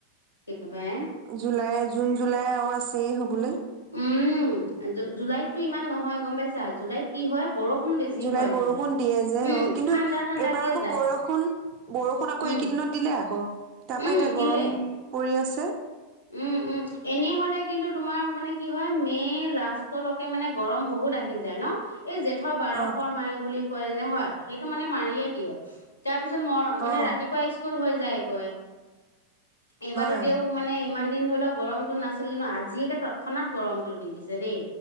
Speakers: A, on the left; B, on the right.
A: একেবাৰে
B: জুলাই জুন জুলাই আৰু আছেই হ'বলৈ
A: উম জুলাইতো ইমান নহয় গম পাইছা জুলাইত কি হয় বৰষুণ বেছি
B: জুলাইত
A: হয়
B: বৰষুণ দিয়ে যে
A: উম
B: অ কিন্তু
A: ঠাণ্ডা ঠাণ্ডাকে
B: এইবাৰ আকৌ
A: যায়
B: বৰষুণ বৰষুণ আকৌ
A: উম
B: এইকেইদিনত দিলে আকৌ তাৰ
A: উম
B: পৰা এতিয়া
A: দিলে
B: গৰম পৰি আছে ত
A: উম উম এনেই হলে কিন্তু তোমাৰ মানে কি হয় মে' লাষ্টলৈকে মানে গৰম বহুত আহি যায় ন এই জেঠ বাৰসৰ
B: অ
A: মায়ে বুলি কয় যে হয় সেইটো মানে মাৰিয়ে দিয়ে তাক তাৰ পিছত মই মানে
B: অ
A: ৰাতিপুৱা স্কুল হৈ যায়। যাই গৈয়ে এইবাৰ
B: হয়
A: তেওঁও মানে ধৰি লওক গৰমটো নাছিলে ন আজিয়েকে তৎক্ষণাত গৰমটো দি দিছে দেই